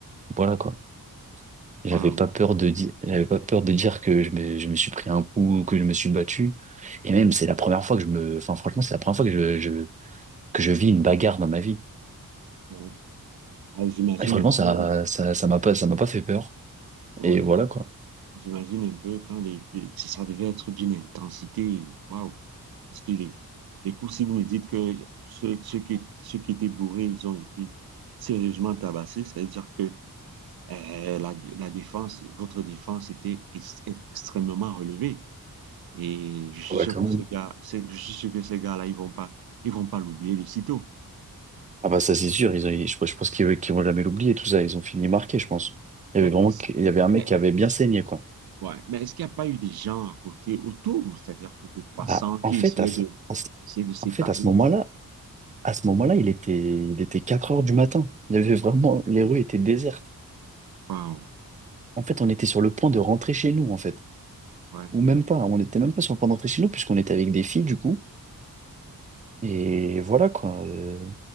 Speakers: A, on the right; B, on the right.
A: voilà, quoi. J'avais
B: Waouh,
A: pas peur de dire, j'avais pas peur de dire que je me, je me suis pris un coup, que je me suis battu. Et même, c'est la première fois que je me, enfin, franchement, c'est la première fois que je, je- que je vis une bagarre dans ma vie.
B: ouais. Ah, j'imagine
A: Et franchement,
B: un peu,
A: ça, ça, ça m'a pas, ça m'a pas fait peur.
B: ouais.
A: Et voilà, quoi.
B: J'imagine un peu quand les, si ça devait être d'une intensité, waouh. Parce que les, les coups, si vous me dites que ceux, ceux qui, ceux qui étaient bourrés, ils ont été sérieusement tabassés, ça veut dire que euh, la, la défense, votre défense était ex- extrêmement relevée. Et je suis
A: Ah bah,
B: sûr
A: quand
B: que
A: même.
B: ces gars, c'est- je suis sûr que ces gars-là, ils vont pas, ils vont pas l'oublier de sitôt.
A: Ah bah ça c'est sûr, ils ont, ils- je, je pense qu'ils qu'ils vont jamais l'oublier tout ça, ils ont fini marqué, je pense. Il y
B: Mais
A: avait vraiment,
B: est-ce,
A: que- il y avait un mec
B: mais,
A: qui avait bien saigné quoi.
B: ouais, mais est-ce qu'il n'y a pas eu des gens à côté, autour, c'est-à-dire que des passants
A: Bah,
B: qui
A: en fait
B: essayaient
A: à ce,
B: de,
A: à ce-
B: essayaient de séparer?
A: en fait à ce moment-là, à ce moment-là, il était il était 4 heures du matin. Il y avait vraiment les rues étaient désertes.
B: Waouh,
A: En fait, on était sur le point de rentrer chez nous en fait,
B: ouais.
A: ou même pas, on n'était même pas sur le point de rentrer chez nous puisqu'on était avec des filles du coup. Et voilà quoi, Euh,